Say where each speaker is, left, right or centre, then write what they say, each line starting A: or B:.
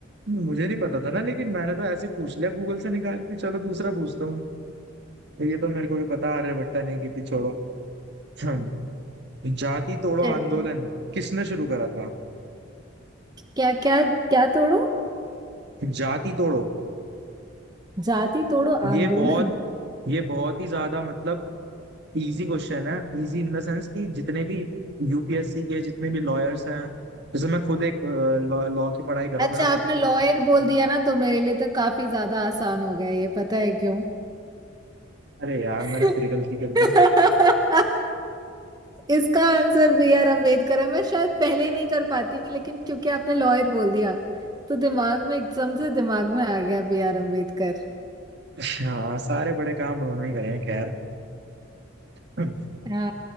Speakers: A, on the right; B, on the right.
A: मुझे नहीं पता था ना लेकिन मैंने तो ऐसे ही पूछ लिया गूगल से निकाल के चलो दूसरा पूछता हूँ ये तो मेरे को भी पता आर्यभट्टा ने की थी छोड़ो हम्म, जाति तोड़ो आंदोलन
B: चलिए
A: किसने शुरू करा था
B: क्या क्या क्या तोड़ो
A: जाति तोड़ो
B: जाति तोड़ो
A: ये
B: आंदोलन
A: बहुत ये बहुत ही ज्यादा मतलब इजी क्वेश्चन है इजी इन द सेंस कि जितने भी यूपीएससी के जितने भी लॉयर्स हैं जैसे मैं खुद एक लॉ की पढ़ाई कर रहा
B: अच्छा
A: हूँ मेरा फर्स्ट
B: आपने लॉयर
A: है मेरे को
B: बोल
A: भी-
B: दिया ना तो मेरे लिए तो काफी ज्यादा आसान हो गया ये पता है क्यों
A: अरे यार
B: <laughs>
A: मैंने फिर गलती कर दी
B: इसका आंसर बी आर अम्बेडकर है मैं शायद पहले नहीं कर पाती लेकिन क्योंकि आपने लॉयर बोल दिया तो दिमाग में एकदम से दिमाग में आ गया बी आर अम्बेडकर
A: हाँ सारे बड़े काम उन्होंने ही करे हैं खैर <laughs>
B: हाँ